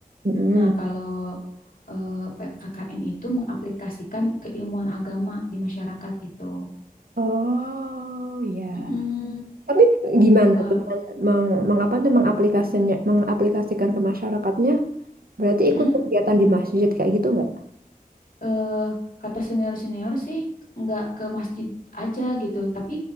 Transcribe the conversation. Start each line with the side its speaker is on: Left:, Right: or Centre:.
Right: Mm-mm.
Left: Nah, kalau eh, P- KKN itu mengaplikasikan keilmuan agama di masyarakat gitu.
Right: Oh ya.
Left: Mm-mm,
Right: Tapi gimana
Left: tuh Kak.
Right: tuh men- meng, mengapa tuh mengaplikasinya mengaplikasikan ke masyarakatnya? Berarti
Left: Mm-mm.
Right: ikut kegiatan di masjid kayak gitu nggak?
Left: Eh, kata senior-senior sih nggak ke masjid aja gitu, tapi